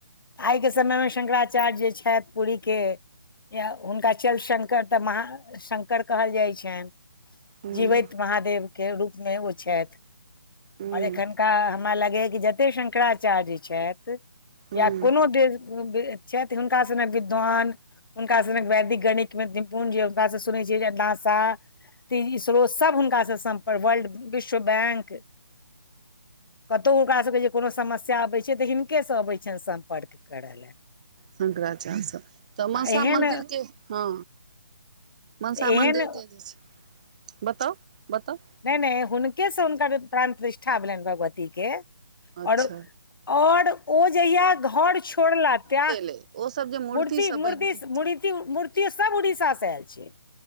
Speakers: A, on the left; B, on the right.
A: आइके समयमे शंकराचार्य जे छथि पुरीके हुनका चल संग तऽ महा शंकर कहल जाइ छनि।
B: ह्म
A: जीवैत महादेवके रूपमे ओ छथि।
B: ह्म
A: आओर एखनका हमरा लगैए कि जते शंकराचार्य छथि।
B: ह्म
A: या कोनो देव चति हुन विद्वान हुनका सनक वैदिक गणितमे निपुण जे हुनकासँ सुनै छियै जे नाशा तऽ इसरो सभ हुनकासँ सम्पर्क वर्ल्ड विश्व बैंक कतौ हुनकासभके जे कोनो समस्या अबैत छै तऽ हिनकेसँ अबै छनि सम्पर्क करऽ ले।
B: शंकराचार्य स तऽ मनसा
A: एहन
B: मन्दिरके हँ मनसा
A: एहन
B: मन्दिर के जे छै बताउ बताउ
A: नय नय हुनके से हुनकर प्राण प्रतिष्ठा भेलनि भगवती के आओर
B: अच्छा
A: आओर ओ जहिया घर छोड़ला त्या
B: ओ सब जे मूर्तिसभ
A: मूर्ति मूर्ति
B: बनि कऽ
A: मूर्ति मूर्तियो सभ उड़ीसासँ आयल छै।